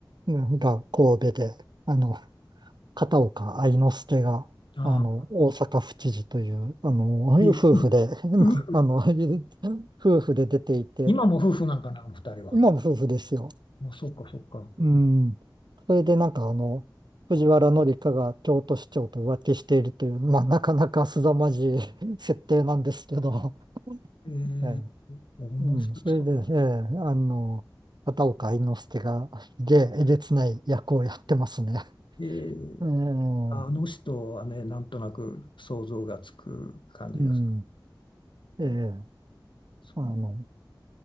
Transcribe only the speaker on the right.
うんが神戸で、あの、片岡愛之助が、
あの、大阪府知事という、あの、
夫婦で、<laughs>
あの、夫婦で出ていて、
今も夫婦ですよ。
うん。それでなんかあの、藤原紀香が京都市長と浮気しているという、まあなかなか凄まじい <laughs> 設定なんですけど、
<laughs> ええ、
うん、それで、ええ、あの、片岡愛之助がでえげつない役をやってますね。
<laughs> ええ、う
ん、ええ、
あの、